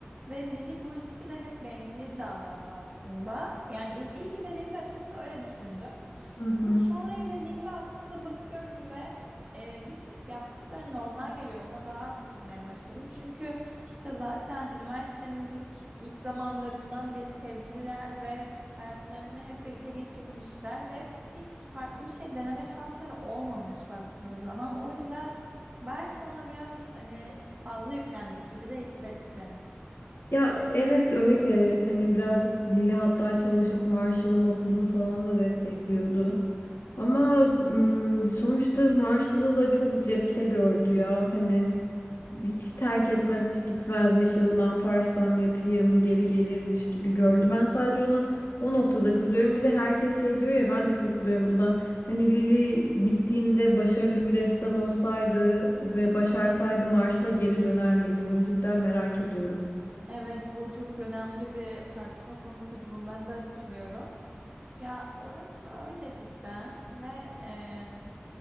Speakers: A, on the right (about 30°); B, on the left (about 85°).
A: Ve Lily bu ilişkide hep bencil davrandı aslında. Yani il- ilk izlediğimde açıkçası öyle düşündüm.
B: Hı
A: Ama
B: hı.
A: sonra izlediğimde aslında bakıyorum ve e, bir tık yaptıkları normal geliyor. Ona daha az kızmaya başladım. Çünkü işte zaten üniversitenin ilk, ilk zamanlarından beri sevgililer ve hayatlarını hep birlikte geçirmişler ve hiç farklı bir şey deneme şansları olmamış baktığın zaman. O yüzden belki ona biraz hani fazla yüklendik gibi de hissettim.
B: Ya evet öyle hani birazcık Lili hatta çalışıp Marshall'ın okulunu falan da destekliyordu. Ama ım, sonuçta Marshall'ı da çok cepte gördü ya hani hiç terk etmez hiç gitmezmiş ya da ne yaparsam yapayım geri gelirmiş gibi gördü. Ben sadece ona o noktada kızıyorum. Bir de herkes şey diyor ya ben de katılıyorum buna. Hani Lili gittiğinde başarılı bir ressam olsaydı ve başarsaydı Marshall'a geri döner miydi? Bunu cidden merak ediyorum.
A: Evet, bu çok önemli bir tartışma konusuydu. Bunu ben de hatırlıyorum. Ya orası öyle cidden ve e,